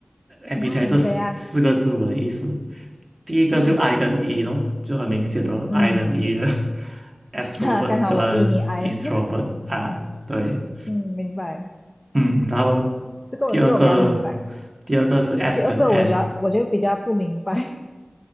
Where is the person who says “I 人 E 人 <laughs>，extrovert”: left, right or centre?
Right